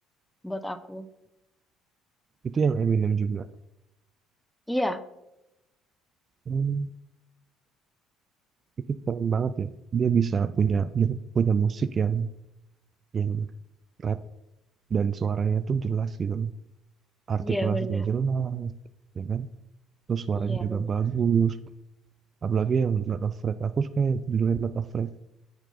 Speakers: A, in the centre; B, on the right.
A: buat aku.
B: Itu yang Eminem juga.
A: Iya,
B: Hmm, itu keren banget ya. Dia bisa punya punya musik yang yang rap dan suaranya tuh jelas gitu artikulasinya
A: iya benar.
B: jelas ya kan terus suaranya
A: Iya
B: juga
A: benar.
B: bagus apalagi yang Not Afraid aku suka yang judulnya Not Afraid